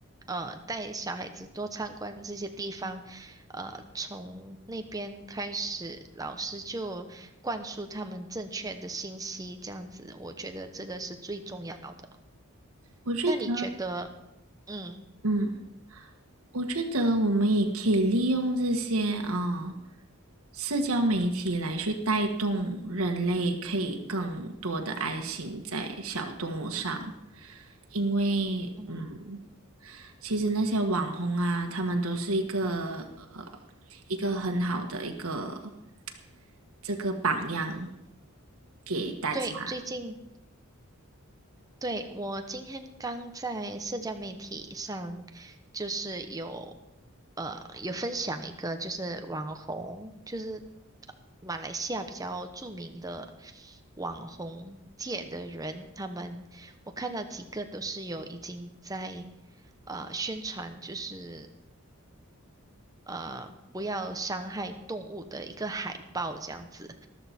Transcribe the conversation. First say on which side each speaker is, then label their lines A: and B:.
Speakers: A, on the right; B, on the right.
A: 呃带小孩子多参观这些地方，呃，从那边开始，老师就灌输他们正确的信息，这样子，我觉得这个是最重要的。
B: 我觉得，
A: 那你觉得，嗯
B: 嗯，我觉得我们也可以利用这些啊、呃社交媒体来去带动人类可以更多的爱心在小动物上，因为嗯，
A: 嗯，
B: 其实那些网红啊，他们都是一个呃一个很好的一个这个榜样给大家。
A: 对，最近。对，我今天刚在社交媒体上，就是有呃有分享一个，就是网红，就是呃马来西亚比较著名的网红界的人，他们我看到几个都是有已经在呃宣传，就是呃不要伤害动物的一个海报这样子。